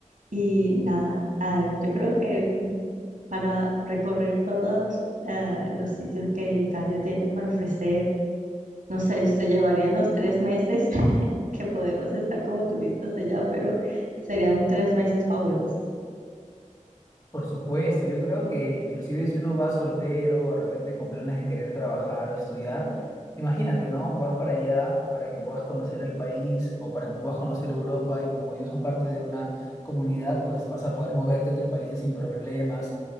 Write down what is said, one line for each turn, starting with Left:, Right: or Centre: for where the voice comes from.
Right: Y nada, ah, yo creo que para recorrer todos eh, los sitios que Italia tiene para ofrecer no sé, se llevarían los tres meses <laughs> que podemos estar como turistas allá, pero serían tres meses fabulosos.
Left: Por supuesto, yo creo que inclusive si uno va soltero, de repente con planes de querer trabajar o estudiar, imagínate, ¿no? Vas para allá para que puedas conocer el país o para que puedas conocer Europa y como ellos son parte de una comunidad, pues vas a poder moverte entre países sin problemas.